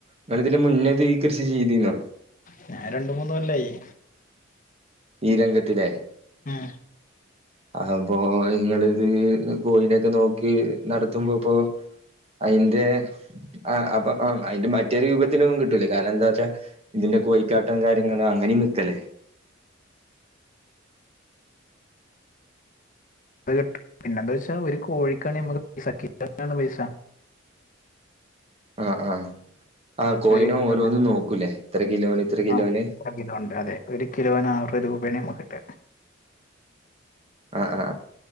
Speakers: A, on the right; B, on the left.
A: ങ്ങൾ ഇതിന്റെ മുന്നെ ഇതി കൃഷി ചെയ്തിനോ?
B: ഞാൻ രണ്ട് മൂന്ന് കൊല്ലായി
A: ഈ രംഗത്തിലെ
B: ങേ
A: അഹ്പ്പോ ങ്ങൾത് കോയിനൊക്കെ നോക്കി നടത്തുമ്പോ ഇപ്പോ അയിന്റെ ആ അപ്പം അ അയിന്റെ മറ്റേത് രൂപത്തിലും കിട്ടൂലെക്കാരം കാരണംന്താച്ചാ ഇതിന്റെ കോഴിക്കാട്ടം കാര്യങ്ങളും അങ്ങനെം വിക്കല്ലേ
B: അഹ് കിട്ടും പിന്നെന്താച്ചാ ഒരു കോഴിക്കാണെ നമ്മക്ക് പൈസ കിട്ടാണെ പൈസ
A: ആ ആ ആ കോയിനോ
B: ഒരു കിലോന്
A: ഓരോന്നും നോക്കും ല്ലേ ഇത്ര കിലോന് ഇത്ര കിലോന്
B: ആ ഇത്ര കിലോ ഉണ്ട് അതെ ഒരു കിലോന് ആറ് രൂപയാണ് നമ്മക്ക്കിട്ട
A: ആ ആ